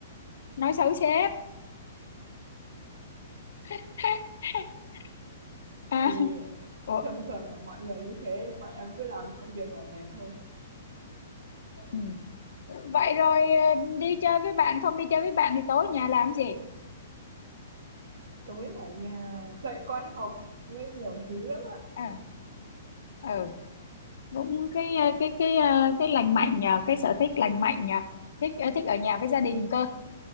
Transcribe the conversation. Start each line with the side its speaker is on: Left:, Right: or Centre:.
Left: nói xấu sếp <laughs> à,
Right: thì
Left: Ủa,
Right: thường thường là mọi người như thế nhưng mà em cứ làm xong việc là về thôi. Ờ,
Left: ừ. vậy rồi ờ, đi chơi với bạn không đi chơi với bạn thì tối nhà làm gì
Right: tối ở nhà dạy con học với nhiều thứ lắm ạ,
Left: à, ừ cũng cái ờ, cái cái ờ, cái lành mạnh nhờ cái sở thích lành mạnh nhờ thích ờ, thích ở nhà với gia đình cơ